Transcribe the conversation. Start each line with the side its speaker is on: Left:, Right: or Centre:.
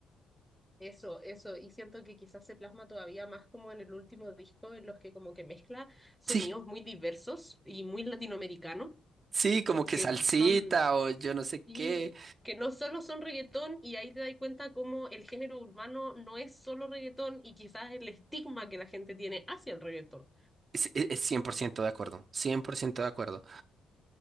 Centre: Eso, eso, y siento que quizás se plasma todavía más como en el último disco, en los que como que mezcla sonidos
Right: Sí,
Centre: muy diversos y muy latinoamericanos,
Right: sí, como que
Centre: que
Right: salsita
Centre: son,
Right: o yo no sé
Centre: y
Right: qué.
Centre: que no solo son reggaetón, y ahí te das cuenta como el género urbano no es solo reggaetón, y quizás el estigma que la gente tiene hacia el reggaetón.
Right: Es, es- es 100% de acuerdo, 100% de acuerdo.